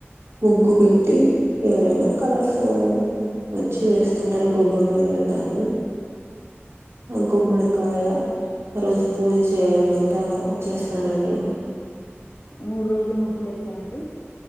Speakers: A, on the right; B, on the left.
A: ముగ్గు బె ట్టి ఎవరైనా కలర్స్ వచ్చి వేస్తుంటారు గొబ్బెమ్మలు పెడతాను ఆ గుమ్మడికాయ ఆ రోజు పూజ చేయడం అం తా చేస్తానండి
B: మూడు రోజులు ముగ్గులు వేస్తారండి